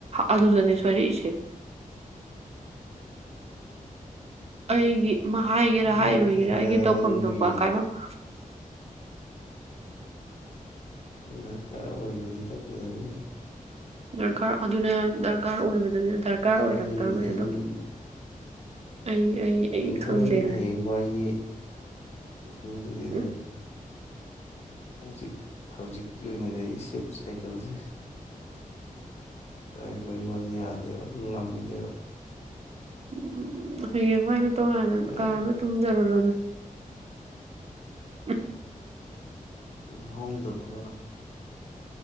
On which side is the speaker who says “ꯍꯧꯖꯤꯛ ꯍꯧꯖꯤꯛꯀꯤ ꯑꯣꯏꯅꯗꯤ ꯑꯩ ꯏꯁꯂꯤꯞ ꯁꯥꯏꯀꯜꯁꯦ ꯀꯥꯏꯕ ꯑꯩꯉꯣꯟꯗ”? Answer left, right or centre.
Left